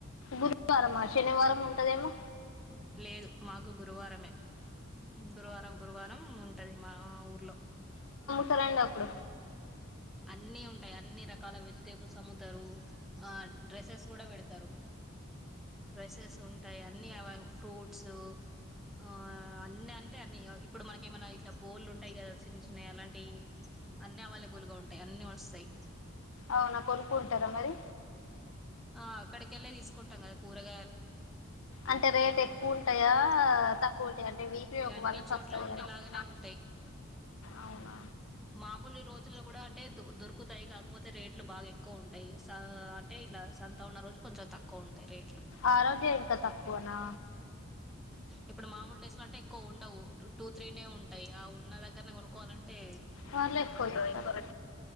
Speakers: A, on the left; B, in the centre.
A: గురువారమా శనివారం ఉంటదేమో
B: లేదు మాకు గురువారమే గురువారం గురువారం ఉంటది మా ఊర్లో
A: సలేండి అప్పుడు
B: అన్ని ఉంటాయి అన్ని రకాల వెజిటేబుల్స్ అమ్ముతారు ఆ డ్రెస్సెస్ కూడా పెడతారు రడ్రెసెస్ ఉంటాయి అన్ని అవి ఫ్రూట్స్ ఆ అన్ని అంటే అన్ని ఇప్పుడు మనక ఏమైనా ఇట్లా బోలు ఉంటాయి కదా చిన్న చిన్న ఆలాంటి అన్ని అవైలబుల్ గా ఉంటాయి అన్ని వస్తాయి
A: అవునా కొనుక్కుంటారా మరి
B: ఆ అక్కకెళ్ళే తీసుకుంటాం కదా కూరగా
A: అంటే రేట్ ఎక్కువ ఉంటాయా తకు అంటే వీక్లీ ఒకళ
B: అన్ని
A: <unintelligible>
B: చోట్ల ఉండేలాగానే ఉంటాయి
A: అవునా
B: మామూలు రోజుల్లో కూడా అంటే దొరుకుతాయి కాకపోతే రేట్లు బాగా ఎక్కువ ఉంటాయి స అంటే ఇట్లా సంతా ఉన్న రోజు కొంచం తక్కువ ఉంటాయి రేట్ హు
A: ఆ రోజే ఇంకా తక్కువనా
B: ఇప్పుడు మామూల్ డేస్ లో అంటే ఎక్కువ ఉండవు టూ త్రీనే ఉంటాయి ఆ ఉన్న దగ్గరనే కొనుక్కవాలంటే
A: పర్లే పోతుంది